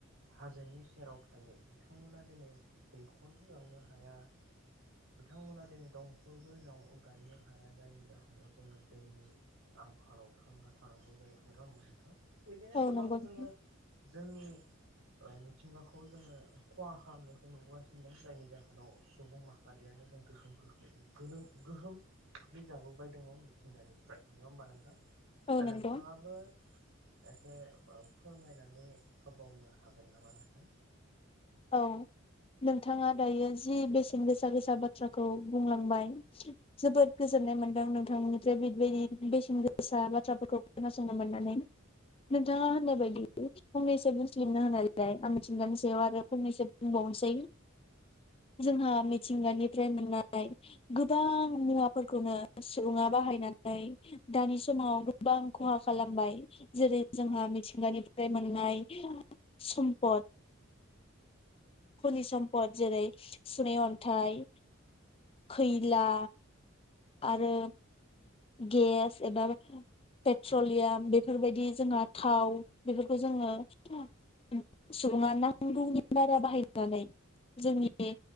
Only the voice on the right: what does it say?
हाजोनि सेराव थायो बिथांमोना दिनै दैखरबो जावनो हाया। बिथांमोना दिनै दंखलबो जाव अ गायनो हाया जायनि जाहोनाव जोङो दैनि आंखालाव थांना थानांगौ जायो नोङा होमबा नोंथां? बैदिनो
गोबां
जोङो जोंनि ओ मिथिंगाखौ जोङो खहा खालामनायखौ नुबोगासिनो दं जायनि जाहोनाव सुबुं माहा आरियानो जों गोहोम खोख्लै गोलोम गोहोम खोख्लैजाबोबाय दङ मिथिंगानिफ्राय नङा होमबा नोंथां?
दा
नोंथाङाबो एसे बा फोरमायनानै होबावनो हागोन नामा नोंथां?